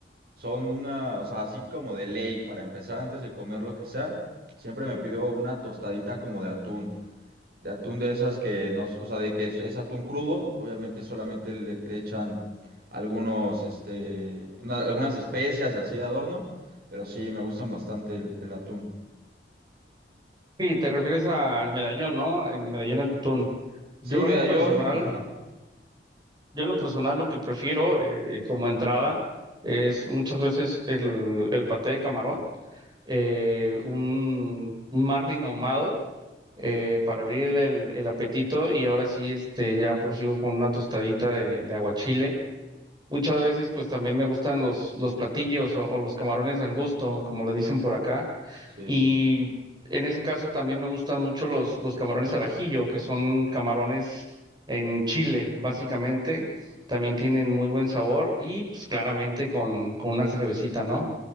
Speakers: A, on the right (about 60°); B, on the right (about 25°).
A: son una, o sea, así como de ley, para empezar antes de comer lo que sea, siempre me pido una tostadita como de atún, de atún de esas que no, o sea, de que es, es atún crudo, obviamente solamente le, le echan algunos, este, una- algunas especias y así de adorno, pero sí, me gustan bastante el, el atún.
B: Sí, te refieres al medallón, ¿no? El medallón de atún. Yo
A: Sí, medallón,
B: en lo personal,
A: ajá,
B: yo en lo personal lo que prefiero eh, como entrada es muchas veces el, el paté de camarón, eh, un, un marlin ahumado eh, para abrir el, el apetito y ahora sí, este, ya prosigo con una tostadita de, de aguachile Muchas veces pues también me gustan los, los platillos o, o los camarones al gusto, como le dicen por acá.
A: sí.
B: Y en ese caso también me gustan mucho los, los camarones al ajillo, que son camarones en Chile, básicamente. También tienen muy buen sabor y pues claramente con, con una cervecita, ¿no?